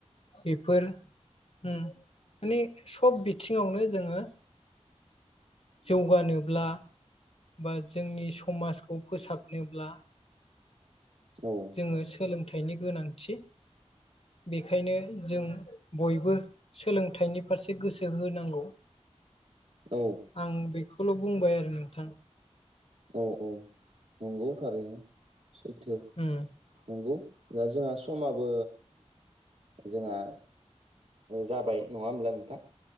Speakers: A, on the left (about 55°); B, on the right (about 65°).
A: बेफोर माने सब बिथिङावनो जोङो जौगानोब्ला बा जोंनि समाजखौ फोसाबनोब्ला
B: औ
A: जोङो सोलोंथाइनि गोनांथि बेखायनो जों बयबो सोलोंथाइनि फारसे गोसो होनांगौ
B: औ
A: आं बेखौल' बुंबाय आरो नोंथां
B: औ औ नंगौ थारैनो सैथो
A: उम
B: नंगौ दा जोंहा समाबो जोंहा जाबाय नङा होमब्ला नोंथां